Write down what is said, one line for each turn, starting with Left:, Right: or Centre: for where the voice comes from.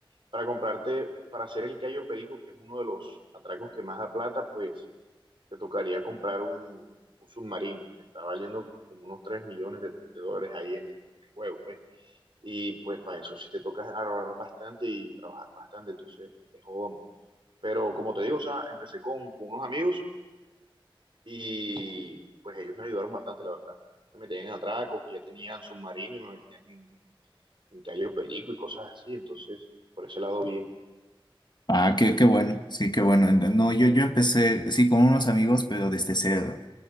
Right: para comprarte, para hacer el callo perico, que es uno de los atracos que más da plata, pues te tocaría comprar un, un submarino que está valiendo como unos 3 millones de, de dólares ahí en el, en el juego, pues. Y pues para eso sí te toca ahorrar bastante y trabajar bastante, entonces es jodón. Pero como te digo, o sea, empecé con, con unos amigos Y pues ellos me ayudaron bastante, la verdad. Me metían en atracos, que ya tenían submarino y me metían en, en Cayo Perico y cosas así. Entonces, por ese lado, bien.
Left: Ah, qué, qué bueno. Sí, qué bueno. No, no, yo, yo empecé, sí, con unos amigos, pero desde cero.